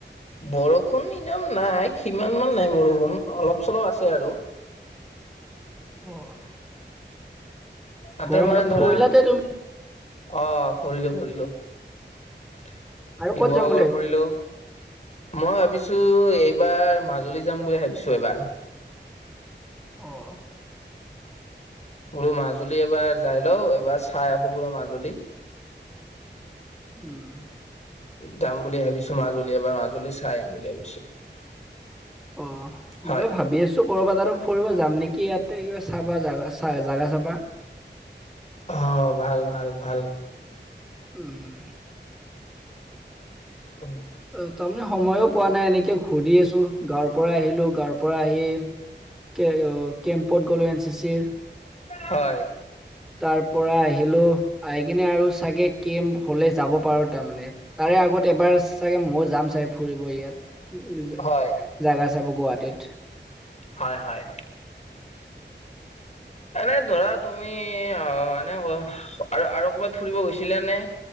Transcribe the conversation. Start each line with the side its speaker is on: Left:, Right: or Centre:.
Left: বৰষুণ ইদাম নাই, সিমান মান নাই বৰষুণ অলপ চলপ আছে আৰু।
Centre: অ'।
Left: তাতে
Centre: গৰম
Left: মানে
Centre: বন্ধত
Left: ধৰা
Centre: ফুৰিলাতে তুমি
Left: অ' ফুৰিলো ফুৰিলো। শিৱসাগৰ
Centre: আৰু ক'ত যাম বুলি ভাবিছা
Left: ফুৰিলো মই ভাবিছোঁ এইবাৰ মাজুলী যাম বুলি ভাবিছোঁ এইবাৰ।
Centre: অ'।
Left: বোলো মাজুলী এবাৰ যাই লওঁ, এইবাৰ চাই আহোঁ বোলো মাজুলী।
Centre: উম।
Left: যাম বুলি ভাবিছোঁ, মাজুলী এবাৰ মাজুলী চাই আহিম বুলি ভাবিছোঁ।
Centre: অ'
Left: হয়।
Centre: ময়ো ভাবি আছোঁ। ক'ৰবাত আৰু ফুৰিব যাম নেকি, ইয়াতে কিবা চাবা জ জাগা চাবা।
Left: অ' ভাল ভাল ভাল।
Centre: উম।
Left: <unintelligible>
Centre: অ' তাৰমানে সময়ো পোৱা নাই এনেকে ঘূৰি আছোঁ, গাঁৱৰপৰা আহিলো, গাঁৱৰপৰা পৰা আহি কে-কেম্পত গ'লোঁ এন চি চিৰ।
Left: হয়।
Centre: তাৰপৰা আহিলোঁ আহি কিনে আৰু চাগে কেম্প হ'লে যাব পাৰোঁ তাৰমানে। তাৰে আগত এবাৰ চাগে ময়ো যাম চাগে। ফুৰিব ইয়াত,
Left: হয়।
Centre: জাগা চাব গুৱাহাটীত।
Left: হয় হয়।
Centre: <inaudible>
Left: এনে ধৰা তুমি আ, এনে আৰু আৰু কৰ'বাত ফুৰিব গৈছিলা নে?